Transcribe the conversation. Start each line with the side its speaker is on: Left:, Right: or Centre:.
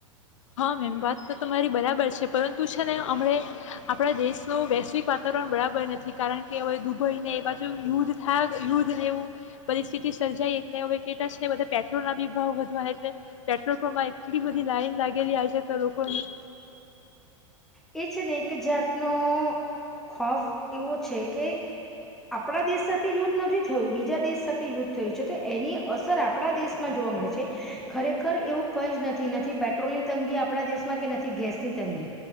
Left: હા મેમ વાત તો તમારી બરાબર છે પરંતુ છે ને હમણા આપણા દેશનું વૈશ્વિક વાતાવરણ બરાબર નથી કારણ કે હવે દુબઈને એ બાજુ યુદ્ધ થાય યુદ્ધ ને એવું પરિસ્થિતિ સર્જાય એટલે હવે કેટ છે બધા પેટ્રોલના બી ભાવ વધવા એટલે પેટ્રોલ પ્રપમાં એટલી બધી લાઈન લાગી. ગેલી આય છે તો લોકોની.
Centre: એ છે ને એક જાતનોો ખોફ એવો છે કે આપણા દેશ સાથે યુદ્ધ નથી થયું બીજા દેશ સાથે યુદ્ધ થયું છે તો એની અસર આપણા દેશમાં જોવા મળે છે ખરેખર એવું કઈ જ નથી નથી પેટ્રોલ ની તંગી આપણા દેશમાં કે નથી ગેસની તંગી.